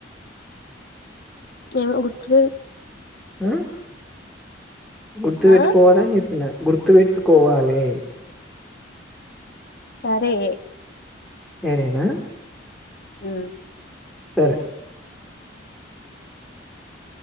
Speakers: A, on the left; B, in the centre.
A: ఏమొ గుర్తులేదు
B: ఉమ్ గుర్తుపెట్టుకోవాలని
A: ఆ
B: చెప్పిన గుర్తుపెట్టుకోవాలె
A: సరే
B: సరేనా
A: ఉమ్
B: సరే